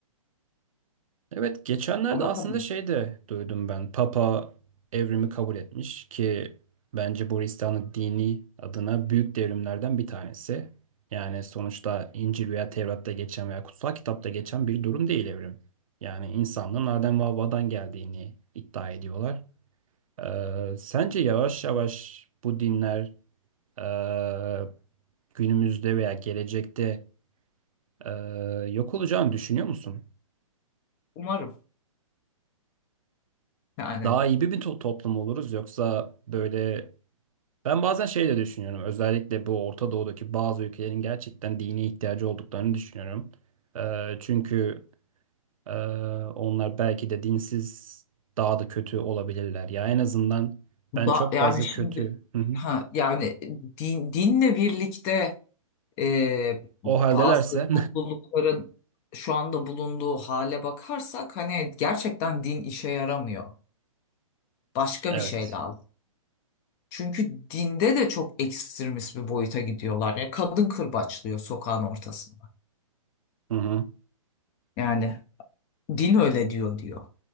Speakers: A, on the right (about 75°); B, on the left (about 20°).
A: Evet, geçenlerde
B: Anlatabilir.
A: aslında şey de duydum ben. Papa evrimi kabul etmiş ki bence bu Hristiyanlık dini adına büyük devrimlerden bir tanesi. Yani sonuçta İncil veya Tevrat'ta geçen veya kutsal kitapta geçen bir durum değil evrim. Yani insanlığın Adem ve Havva'dan geldiğini iddia ediyorlar. Ee, sence yavaş yavaş bu dinler ee, günümüzde veya gelecekte ee, yok olacağını düşünüyor musun?
B: Umarım yani
A: daha iyi bir, bir to- toplum oluruz yoksa böyle ben bazen şey de düşünüyorum özellikle bu Orta Doğu'daki bazı ülkelerin gerçekten dine ihtiyacı olduklarını düşünüyorum. Ee, çünkü e, onlar belki de dinsiz daha da kötü olabilirler. Ya en azından
B: da
A: ben çok
B: yani
A: fazla
B: şimdi
A: kötü. Hı hı.
B: ha yani din, dinle birlikte e,
A: O haldelerse
B: bazı toplulukların şu anda bulunduğu hale bakarsak hani gerçekten din işe yaramıyor. Başka
A: <laughs> evet.
B: bir şey lazım. Çünkü dinde de çok ekstremist bir boyuta gidiyorlar. Ya kadın kırbaçlıyor sokağın ortasında.
A: Hı hı.
B: Yani din öyle diyor diyor.